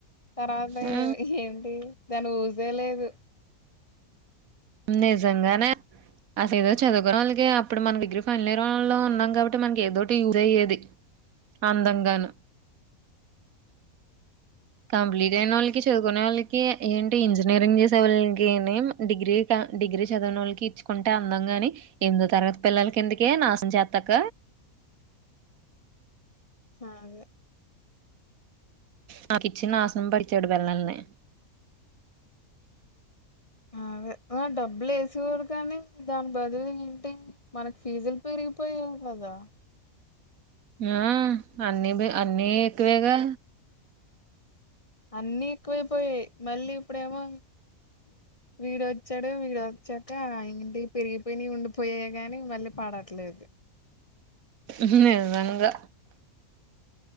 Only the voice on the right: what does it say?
ఆ
నిజంగానే అసల్ ఏదో చదువుకోనోళ్ళకిే అప్పుడు మనం డిగ్రీ ఫైనల్ ఇయర్ వాళ్ళం ఉన్నాం కాబట్టి మనకి ఏదోటి యూజ్ అయ్యేది అందంగాను కంప్లిటైనోల్ కి చదువుకునే వాళ్ళకి ఏంటి ఇంజనీరింగ్ చేసే వాళ్ళకిని డిగ్రీ త డిగ్రీ చదివిన వాళ్ళకి ఇచ్చుకుంటే అందం గాని ఎనిమిదో తరగత పిల్లలకేందుకే నాశనం చేత్తాక
నాకిచ్చి నాసనం పడిచ్చడు పిల్లల్ని
ఆ అన్ని పె అన్ని ఎక్కువేగా
నిజంగా